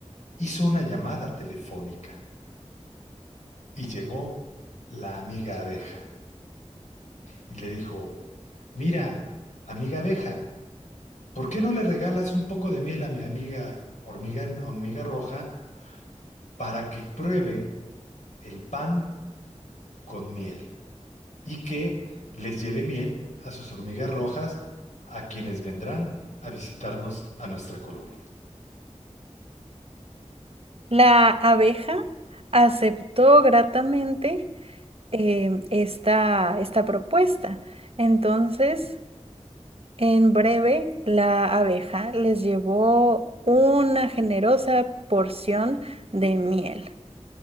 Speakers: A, on the left (about 80°); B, on the right (about 55°).
A: hizo una llamada telefónica y llegó la amiga abeja y le dijo, mira, amiga abeja, ¿por qué no le regalas un poco de miel a mi amiga hormiga, hormiga roja para que pruebe el pan con miel y que les lleve miel a sus hormigas rojas a quienes vendrán a visitarnos a nuestra colonia?
B: La abeja aceptó gratamente em, esta, esta propuesta. Entonces, en breve, la abeja les llevó una generosa porción de miel.